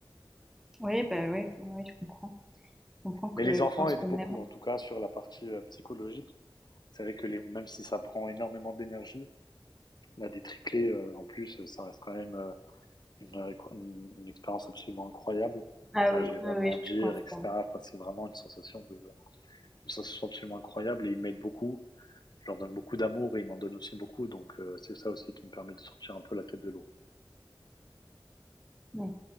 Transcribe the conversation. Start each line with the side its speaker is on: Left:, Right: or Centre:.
Centre: Ouais, bah ouais, ouais, je comprends. Je comprends que
Left: Mais les enfants
Centre: je pense
Left: aident
Centre: que
Left: beaucoup,
Centre: même...
Left: en tout cas, sur la partie euh, psychologique. C'est vrai que les, même si ça prend énormément d'énergie, là, des triplés, euh, en plus, ça reste quand même euh, une, une- une expérience absolument incroyable.
Centre: Ah
Left: Là,
Centre: oui,
Left: je les vois
Centre: ah
Left: grandir,
Centre: oui, je comprends.
Left: etc. Enfin, c'est vraiment une sensation de, une sensation absolument incroyable et ils m'aident beaucoup. je leur donne beaucoup d'amour et ils m'en donnent aussi beaucoup. Donc euh, c'est ça aussi qui me permet de sortir un peu la tête de l'eau.
Centre: Ouais.